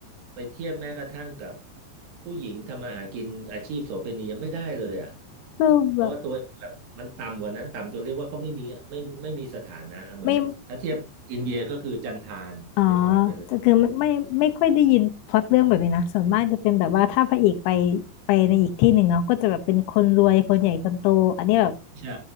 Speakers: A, on the right; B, on the left.
A: ไปเทียบแม้กระทั่งกับผู้หญิงทำมาหากินอาชีพโสเภณียังไม่ได้เลยอ่ะ
B: คือแบบ
A: เพราะว่าตัวแบบมันต่ำกว่านั้นต่ำจนเรียกว่าเขาไม่มีอะไม่ไม่มีสถานะเหมือนถ้าเทียบอินเดียก็คือจันทานเป็นอย่างนั้นไปเลย
B: ไม่อ๋อแต่คือไม่ไม่ไม่ค่อยได้ยินพล็อตเรื่องแบบนี้นะส่วนมากจะเป็นแบบว่าถ้าพระเอกไปไปในอีกที่หนึ่งเนาะก็จะแบบเป็นคนรวยคนใหญ่คนโต อันนี้แบบ
A: ใช่